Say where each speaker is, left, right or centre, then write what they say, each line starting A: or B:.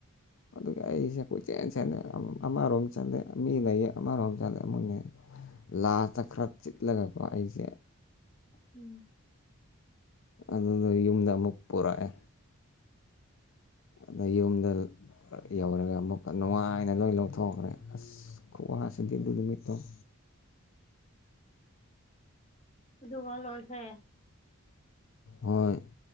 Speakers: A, on the left; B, on the left.
A: ꯑꯗꯨꯒ ꯑꯩꯁꯦ ꯀꯣꯏꯆꯦꯟ ꯆꯦꯂꯦ ꯑꯃꯔꯣꯝ ꯆꯠꯂꯦ ꯃꯤ ꯂꯩꯌꯦ ꯑꯃꯔꯣꯝ ꯆꯜꯂꯦ ꯑꯃꯅꯦ ꯂꯥꯗ ꯈꯔ ꯆꯤꯠꯂꯒꯀꯣ ꯑꯩꯁꯦ
B: ꯎꯝ
A: ꯑꯗꯨꯗꫭ ꯌꯨꯝꯗ ꯑꯃꯨꯛ ꯄꯨꯔꯛꯑꯦ ꯑꯗ ꯌꯨꯝꯗ ꯌꯧꯔꯒ ꯑꯃꯨꯛꯀ ꯅꯨꯡꯉꯥꯏꯅ ꯂꯣꯏ ꯂꯧꯊꯣꯛꯈ꯭ꯔꯦ ꯑꯁ ꯈꯨꯋꯥꯁꯤꯗꯤ ꯑꯗꯨꯏ ꯅꯨꯃꯤꯠꯇꫭ
B: ꯑꯗꯨꯒ ꯂꯣꯏꯈ꯭ꯔꯦ
A: ꯍꯣꯏ